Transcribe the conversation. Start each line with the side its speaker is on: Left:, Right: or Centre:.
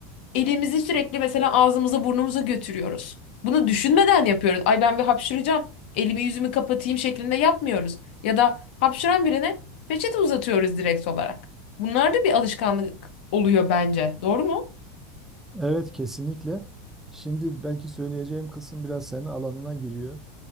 Left: elimizi sürekli mesela ağzımıza burnumuza götürüyoruz. Bunu düşünmeden yapıyoruz. Ay ben bir hapşıracağım, elimi yüzümü kapatayım şeklinde yapmıyoruz. Ya da hapşıran birine peçete uzatıyoruz direkt olarak. Bunlar da bir alışkanlık oluyor bence. Doğru mu?
Centre: Evet kesinlikle. Şimdi belki söyleyeceğim kısım biraz senin alanına giriyor.